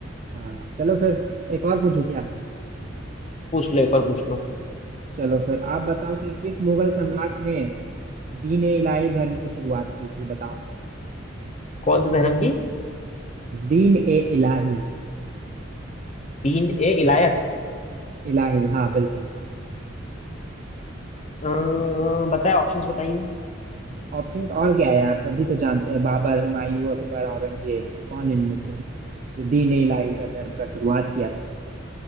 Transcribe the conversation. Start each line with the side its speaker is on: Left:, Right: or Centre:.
Right: हाँ चलो फिर एक और पूछू क्या
Left: पूछ लो एक बार पूछ लो
Right: चलो फिर आप बताओ कि किस मुगल सम्राट ने दीन ए इलाही धर्म की शुरुआत की थी बताओ
Left: कौन से धर्म की
Right: दीन ए इलाही
Left: तीन ए इलायत
Right: इलाही हाँ बिल्कुल
Left: अम्म, बताए ऑप्शंस बताइए
Right: ऑप्शंस और क्या है यार सभी तो जानते हैं बाबर हुमायूं अकबर औरंगजेब कौन इनमें से जो दीन इलाही का धर्म का शुरुआत किया था